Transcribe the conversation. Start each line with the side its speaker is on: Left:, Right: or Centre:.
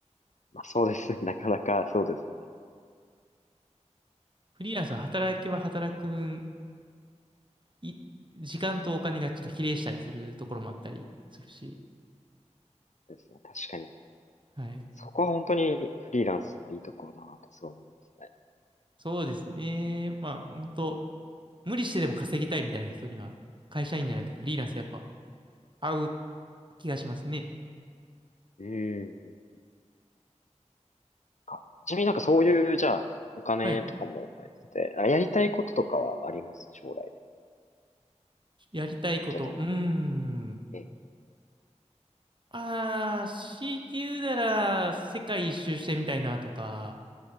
Left: まあ、そうですね。<laughs> なかなかそうです、
Right: フリーランスは働けば働く分、い、時間とお金がちょっと比例したりするところもあったりするし、
Left: ですね。確かに。
Right: はい。
Left: そこは本当にフリーランスのいいところだなとすごい思いますね。
Right: そうですね。まあ、本当無理してでも稼ぎたいみたいな人には、会社員じゃなくてフリーランスやっぱ合う気がしますね。
Left: うんうん。あちなみになんかそういう、じゃあ、お金とかもあれて、
Right: はい。
Left: あやりたいこととかはあります将来で。
Right: やりたいこと。
Left: 状態になった。
Right: うーん。
Left: ええ。
Right: ああ、強いて言うなら、世界一周してみたいなとか、